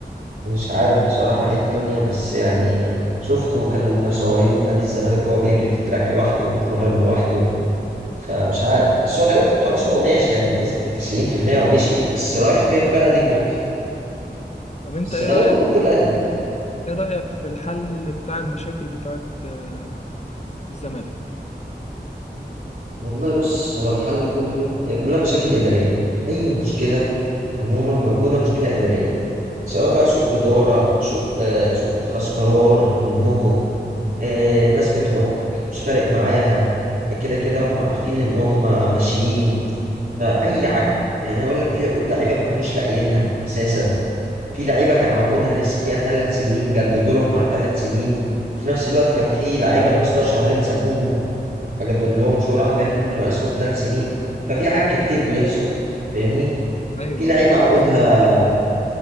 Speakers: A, on the right (about 55°); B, on the left (about 40°).
A: مش عارف بصراحه ايه الدنيا بس يعني شفته كانوا منشورينه في نادي الزمالك وهو بيجري في التراك لوحده وبيتمرن لوحده فمش عارف
B: ايوه
A: بس هو غالبا خلاص هو ماشي يعني بنسبه 90% هو مشي بس رايح فين بقى دي النقطه
B: طب انت
A: بس
B: ايه
A: غالبا
B: رأيك
A: برضو الاهلي
B: ايه رأيك في الحل اللي بتاع المشاكل بتاعت آه، الزمالك
A: والله بص هو الحل كله هي كلها مشاكل إدارية أي مشكلة عموما موجودة مشكلة إدارية سواء بقى سوء إدارة سوء آه سوء اتخاذ قرار منهم آه الناس بتعك مش فارق معاها كده كده هم عارفين إن هم ماشيين فأي عك يعني أقول لك في عقود لعيبة ما كانوش لاقيينها أساسا في لعيبة كان عقودها لسه فيها ثلاث سنين جددوا لهم على الثلاث سنين في نفس الوقت كان في لعيبة ناقص لها شهرين سابوهم اجدد لهمش وراح اجدد له ناقصهم ثلاث سنين ففي عك كتير بيحصل فاهمني
B: ايوه
A: في لعيبه
B: هو
A: عقودها
B: فعلا فيه